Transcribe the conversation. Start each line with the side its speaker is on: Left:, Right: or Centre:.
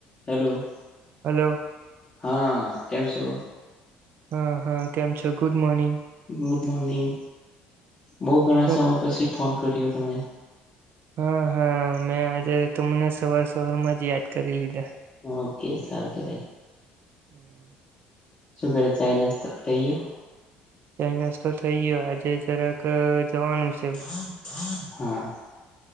Left: Hello.
Right: Hello
Left: હા કેમ છો?
Right: હા હા કેમ છો ગુડ મોર્નિંગ.
Left: ગુડ મોર્નિંગ બહુ ઘણા
Right: શું
Left: સમય પછી ફોન કર્યો તમે.
Right: હા હા મેં આજે તમને સવાર સવારમાં જ યાદ કરી લીધા.
Left: ઓકે સારું કહેવાય.
Right: હમ્મ.
Left: શું કરે ચાઈ નાસ્તો કરાઈ ગયો.
Right: ચાઇ નાસ્તો થઇ ગયો આજે જરાક જવાનું છે.
Left: હા.